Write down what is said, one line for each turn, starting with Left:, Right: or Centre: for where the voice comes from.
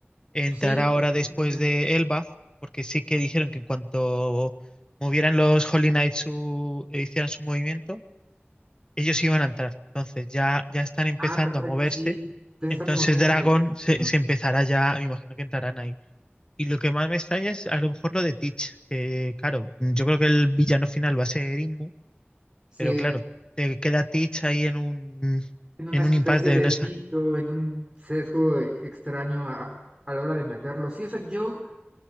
Left: entrará
Right: Sí,
Left: ahora
Right: exactamente.
Left: después de Elbaf, porque sí que dijeron que en cuanto movieran los Holy Knights su, e hicieran su movimiento ellos iban a entrar. Entonces ya, ya están empezando
Right: ah, perfecto,
Left: a moverse.
Right: sí, te están
Left: Entonces
Right: moviendo.
Left: Dragon
Right: exacto.
Left: se, se empezará ya, me imagino que entrarán ahí. Y lo que más me extraña es a lo mejor lo de Teach, que claro, yo creo que el villano final va a ser Inmu,
Right: Sí,
Left: pero claro, te queda Teach ahí en un,
Right: en una
Left: en
Right: especie
Left: un impasse de
Right: de
Left: no sé.
Right: nicho, en un sesgo eh, extraño a, a la hora de meterlo. Sí, o sea, yo,